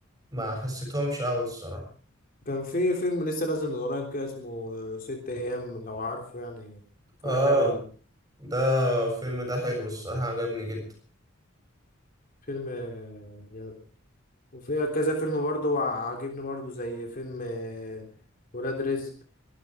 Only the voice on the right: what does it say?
ما حسيتهمش قوي الصراحة
اه
ده الفيلم ده حلو الصراحة عجبني جدا